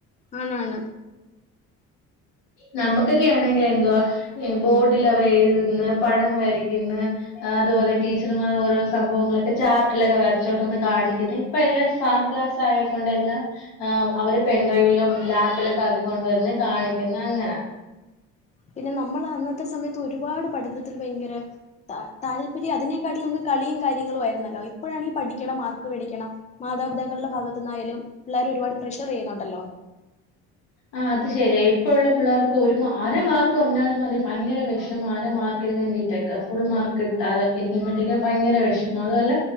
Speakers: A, on the left (about 20°); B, on the left (about 75°).
A: ആണാണ്
B: നമുക്കൊക്കെയാണെ ങ്കിൽ എന്തുവാ ബോർഡിൽ അവരെഴുതുന്ന്‌ പടം വരയ്ക്കുന്ന് അതുപോലെ ടീച്ചർമാ ഓരോ സംഭവങ്ങളൊക്കെ ചാർട്ടിലൊക്കെ വരച്ചോട്ടൊന്ന് കാണിക്കുന്നു ഇപ്പൊ എല്ലാം സ്മാർട്ട്ക്ലാസ്സ്‌ ആയക്കൊണ്ട് എല്ലാം ആ അവര് പെൻ ഡ്രൈവിലും ലാപ്പിലൊക്കെ ആക്കിക്കൊണ്ടുവരുന്ന് കാണിക്കുന്ന അങ്ങനാ
A: പിന്നെ നമ്മൾ അന്നത്തെ സമയത്ത് ഒരുപാട് പഠനത്തിൽ ഭയങ്കര താല്പര്യം അതിനെക്കാട്ടിലും നമുക്ക് കളീം കാര്യങ്ങളും ആരുന്നല്ലോ ഇപ്പോഴാണ് പഠിക്കണം മാർക്ക് മേടിക്കണം മാതാപിതാക്കളുടെ ഭാഗത്ത് ന്നായാലും പിള്ളേരൊരുപാ ട് പ്രഷർ ചെയ്യുന്നുണ്ടല്ലോ
B: ആ അത് ശെരിയ ഇപ്പഴുള്ള പിള്ളേർക്ക് ഒരു അര മാർക്ക് കൊറഞ്ഞാലും മതി ഭയങ്കര വിഷമാ അര മാർക്ക് വേണ്ടീട്ടക്ക ഫുൾ മാർക്ക് കിട്ടാതെക്കേ ഇരിക്ക്പോഴ്ത്തേക്ക ഭയങ്കര വിഷമ അതുവല്ല